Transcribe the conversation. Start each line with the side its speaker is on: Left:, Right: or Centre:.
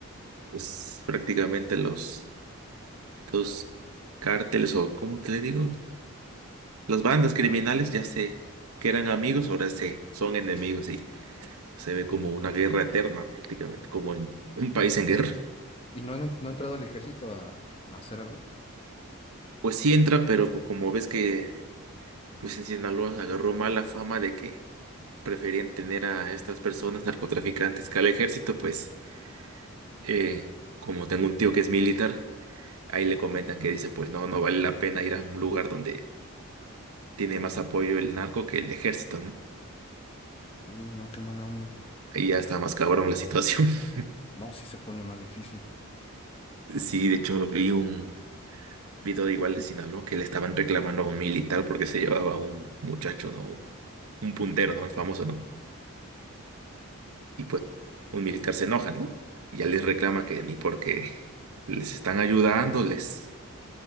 Right: Pues prácticamente los dos cárteles o, ¿cómo te le digo? Las bandas criminales ya sé que eran amigos, ahora se son enemigos Se ve como una guerra eterna prácticamente, como en un país en guerra.
Left: ¿Y no han, ent- no ha entrado al ejército a, a hacer algo?
Right: Pues sí entra, pero pues como ves que pues en Sinaloa se agarró mala fama de que preferían tener a estas personas narcotraficantes que al ejército, pues eh, como tengo un tío que es militar, ahí le comentan que dice, pues no, no vale la pena ir a un lugar donde tiene más apoyo el narco que el ejército, ¿no?
Left: Uh, no, qué mala onda.
Right: Ahí ya está más cabrón la situación. <laughs>
Left: No, sí se pone más difícil.
Right: Sí, de hecho vi un video de igual de Sinaloa que le estaban reclamando a un militar porque se llevaba a un muchacho, ¿no? Un, un puntero, ¿no? El famoso, ¿no? Y pues un militar se enoja, ¿no? Y ya les reclama que ni porque les están ayudando, les,